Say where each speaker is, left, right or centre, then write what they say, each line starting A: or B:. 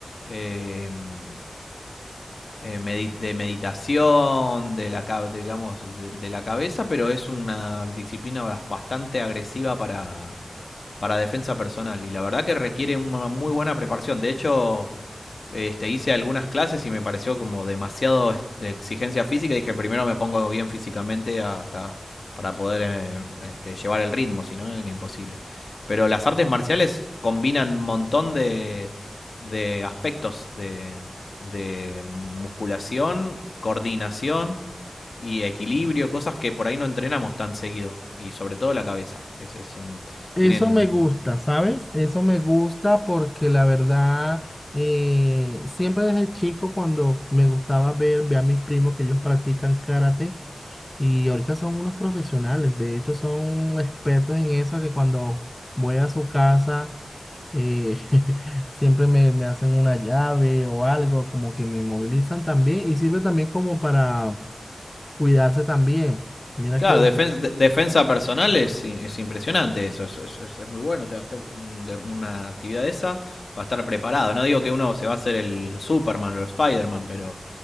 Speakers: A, on the left; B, on the left.
A: em, eh, medi- de meditación, de la, ca- digamos, de, de la cabeza, pero es una disciplina bas- bastante agresiva para, para defensa personal. Y la verdad que requiere una muy buena preparación. De hecho, este, hice algunas clases y me pareció como demasiado es- de exigencia física. Dije, primero me pongo bien físicamente hasta para poder eh, este, llevar el ritmo, si no, era imposible. Pero las artes marciales combinan un montón de, de aspectos de, de musculación, coordinación y equilibrio, cosas que por ahí no entrenamos tan seguido. Y sobre todo la cabeza. Es, es un-
B: Eso
A: tienen
B: me gusta, ¿sabes? Eso me gusta porque la verdad, eh, siempre desde chico cuando me gustaba ver, ver a mis primos que ellos practican karate y ahorita son unos profesionales, de hecho son expertos en eso que cuando voy a su casa eh, <laughs> siempre me, me hacen una llave o algo, como que me movilizan también y sirve también como para cuidarse también. Mira
A: Claro,
B: que...
A: defen- de- defensa personal es, i- es impresionante eso, es, es- es- es muy bueno, te va a hacer un- de- una actividad de esa para estar preparado. No digo que uno se va a hacer el Superman o el Spider-Man, pero,